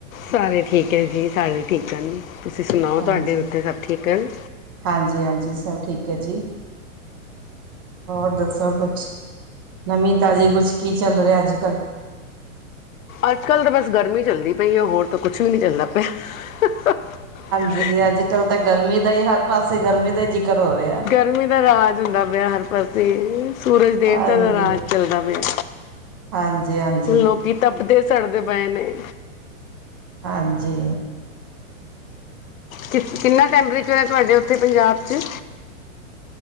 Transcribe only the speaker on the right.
ਹਾਂਜੀ
ਹਾਂਜੀ ਹਾਂਜੀ ਸਭ ਠੀਕ ਹੈ ਜੀ। ਹੋਰ ਦੱਸੋ। ਸਭ ਕੁਛ। ਨਵੀਂ ਤਾਜ਼ੀ ਕੁਛ ਕੀ ਚੱਲ ਰਿਹਾ ਅੱਜ ਕੱਲ।
ਜੀ ਅੱਜ ਕੱਲ ਤਾਂ ਗਰਮੀ ਦਾ ਹੀ ਹਰ ਪਾਸੇ ਗਰਮੀ ਦਾ ਹੀ- ਜ਼ਿਕਰ ਹੋ ਰਿਹਾ
ਹਾਂਜੀ
ਹਾਂਜੀ ਹਾਂਜੀ
ਹਾਂਜੀ।